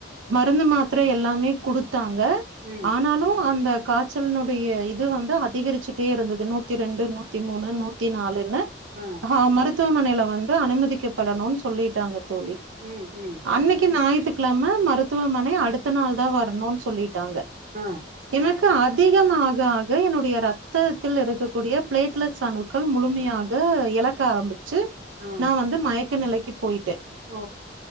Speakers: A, on the right; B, on the right.
A: மருந்து மாத்திர எல்லாமே குடுத்தாங்க
B: ம்
A: ஆனாலு அந்த காச்சல்னுடைய இது வந்து அதிகரிச்சுட்டே இருந்தது நூத்தி ரெண்டு நூத்தி மூணு நூத்தி நாலுன்னு
B: ஆ
A: ஹ மருத்துவமனைல வந்து அனுமதிக்கப்படணுன் சொல்லிட்டாங்க தோழி
B: ம் ம்
A: அன்னிக்கு ஞாயித்துக்கெழம மருத்துவமனை அடுத்த நாள் தா வரணுன் சொல்லிட்டாங்க
B: ஆ
A: எனக்கு அத் திகமாக ஆக என்னுடைய ரத்தத்தில் இருக்கக்கூடிய பிளேட்லெட்ஸ் அணுக்கள் முழுமையாக எலக் க ஆரம்பிச்சு
B: ஆ
A: நா வந்து மயக்க நிலைக்கு போயிட்டே
B: ஓ